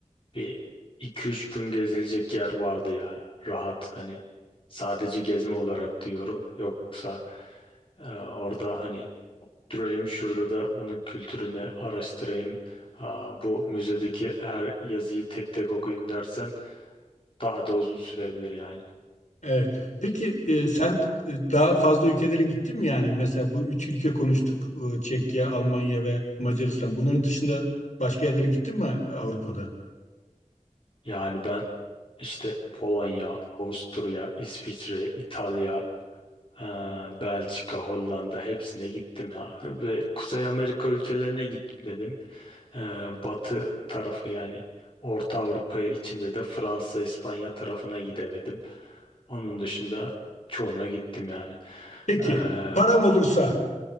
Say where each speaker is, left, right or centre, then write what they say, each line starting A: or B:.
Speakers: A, on the left (about 45°); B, on the left (about 65°).
A: bir iki üç gün gezilecek yer vardı ya rahat hani sadece gezme olarak diyorum yoksa e, orada hani durayım şurada da bunun kültürünü araştırayım Aa, bu müzedeki her yazıyı tek tek okuyayım dersen daha da uzun sürebilir yani.
B: Evet. Peki e, sen e, daha fazla ülkelere gittin mi yani? Mesela bu üç ülke konuştuk. E, Çekya, Almanya ve Macaristan. Bunların dışında başka yerlere gittin mi Avrupa'da?
A: Yani ben işte Polonya, Avusturya, İsviçre, İtalya, e, Belçika, Hollanda hepsine gittim ya ve Kuzey Amerika ülkelerine gitmedim. Ee, batı tarafı yani Orta Avrupa içinde de Fransa, İspanya tarafına gidemedim. Onun dışında çoğuna gittim yani.
B: Peki
A: Ee,
B: param olursa